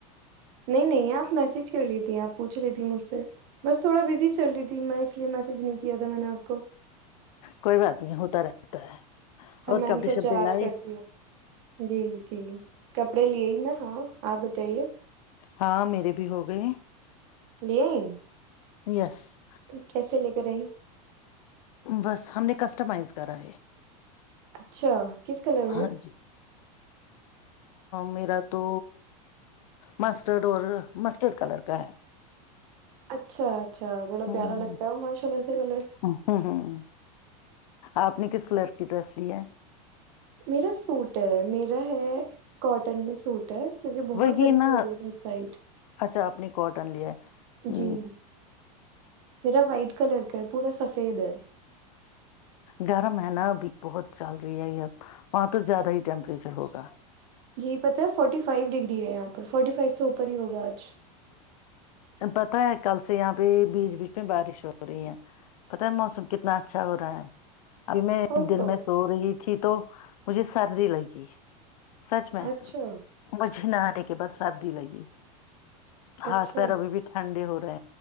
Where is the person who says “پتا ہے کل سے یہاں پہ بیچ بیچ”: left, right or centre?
Left